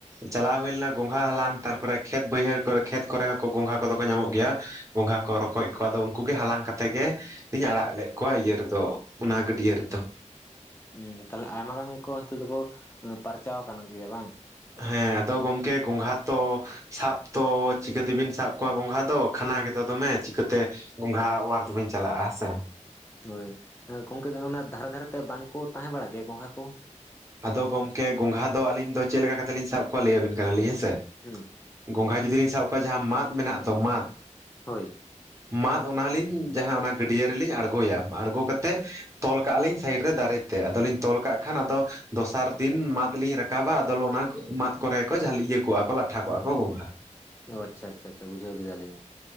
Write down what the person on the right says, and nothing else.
ᱪᱟᱞᱟᱣ ᱦᱩᱭ ᱞᱮᱱᱟ ᱜᱚᱝᱜᱷᱟ ᱦᱟᱞᱟᱝ ᱛᱟᱨᱯᱚᱨᱮ ᱠᱷᱮᱛ ᱵᱟᱹᱭᱦᱟᱹᱲ ᱠᱚᱨᱮ ᱠᱷᱮᱛ ᱠᱚᱨᱮ ᱦᱚᱸ ᱠᱚ ᱜᱚᱝᱜᱷᱟ ᱠᱚᱫᱚ ᱠᱚ ᱧᱟᱢᱚᱜ ᱜᱮᱭᱟ ᱜᱚᱝᱜᱷᱟ ᱠᱚ ᱨᱚᱠᱚᱡ ᱠᱚ ᱟᱫᱚ ᱩᱱᱠᱩ ᱜᱮ ᱦᱟᱞᱟᱝ ᱠᱟᱛᱮ ᱜᱮ ᱞᱤᱧ ᱟᱲᱟᱜ ᱞᱮᱫ ᱠᱚᱣᱟ ᱤᱭᱟᱹ ᱨᱮᱫᱚ ᱚᱱᱟ ᱜᱟᱹᱰᱭᱟᱹ ᱨᱮᱫᱚ
ᱦᱮᱸ ᱟᱫᱚ ᱜᱚᱢᱠᱮ ᱜᱚᱝᱜᱷᱟ ᱛᱚ ᱥᱟᱵ ᱛᱚ ᱪᱤᱠᱟᱹ ᱛᱮᱵᱤᱱ ᱥᱟᱵ ᱠᱚᱣᱟ ᱜᱚᱝᱜᱷᱟ ᱫᱚ ᱠᱷᱟᱱᱟ ᱜᱮᱫᱚ ᱫᱚᱢᱮ ᱪᱤᱠᱟᱹᱛᱮ ᱜᱚᱝᱜᱷᱟ ᱳᱣᱟᱨ ᱫᱚᱵᱤᱱ ᱪᱟᱞᱟᱜᱼᱟ ᱦᱮᱸᱥᱮ
ᱟᱫᱚ ᱜᱚᱝᱠᱮ ᱜᱚᱝᱜᱷᱟ ᱫᱚ ᱟᱹᱞᱤᱧ ᱫᱚ ᱪᱮᱫ ᱞᱮᱠᱟ ᱠᱟᱛᱮ ᱞᱤᱧ ᱥᱟᱵ ᱠᱚᱣᱟ ᱞᱟᱹᱭ ᱟᱹᱵᱤᱱ ᱠᱟᱱᱟᱞᱤᱧ ᱦᱮᱸ ᱥᱮ
ᱜᱚᱝᱜᱷᱟ ᱡᱩᱫᱤ ᱵᱤᱱ ᱥᱟᱵ ᱠᱚᱣᱟ ᱡᱟᱦᱟᱸ ᱢᱟᱫ ᱢᱮᱱᱟᱜ ᱫᱚ ᱢᱟᱫ
ᱢᱟᱫ ᱚᱱᱟ ᱞᱤᱧ ᱡᱟᱦᱟᱸ ᱚᱱᱟ ᱜᱟᱹᱰᱭᱟᱹ ᱨᱮᱞᱤᱧ ᱟᱬᱜᱚᱭᱟ ᱟᱬᱜᱚ ᱠᱟᱛᱮᱫ ᱛᱚᱞ ᱠᱟᱜᱼᱟ ᱞᱤᱧ ᱥᱟᱭᱤᱰ ᱨᱮ ᱫᱟᱨᱮ ᱨᱮ ᱟᱫᱚ ᱞᱤᱧ ᱛᱚᱞ ᱠᱟᱜ ᱠᱷᱟᱱ ᱟᱫᱚ ᱫᱚᱥᱟᱨ ᱫᱤᱱ ᱢᱟᱫ ᱞᱤᱧ ᱨᱟᱠᱟᱵᱟ ᱟᱫᱚ ᱚᱱᱟ ᱢᱟᱫ ᱠᱚᱨᱮ ᱠᱚ ᱜᱮ ᱡᱷᱟᱹᱞᱤ ᱤᱭᱟᱹ ᱠᱚᱜᱼᱟ ᱠᱚ ᱞᱟᱴᱷᱟ ᱠᱚᱜᱼᱟ ᱠᱚ ᱜᱚᱝᱜᱷᱟ